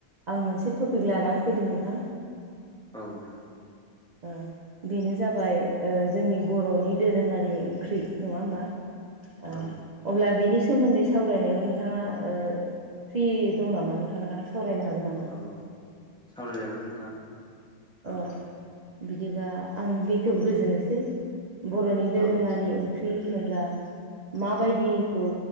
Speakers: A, on the right (about 60°); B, in the centre.
A: आं मोनसे टपिक लानानै फैदों नोंथां।
B: औ नोंथां।
A: ओ बेनो जाबाय ओ जोंनि बर'नि दोरोङारि ओंख्रि नङा होमबा। ओ
B: औ
A: अब्ला बिनि सोमोन्दै सावरायनायाव नोंथाङा ओ फ्रि दं नामा नोंथाङा सावरायनो हागोन नामा?
B: औ सावरायजागोन नोंथां।
A: अ
B: औ
A: बिदिबा आं बेखेवग्रोजोनोसै बर'नि दोरोङारि
B: औ नोंथां
A: ओं ख्रि होनोब्ला माबायदिखौ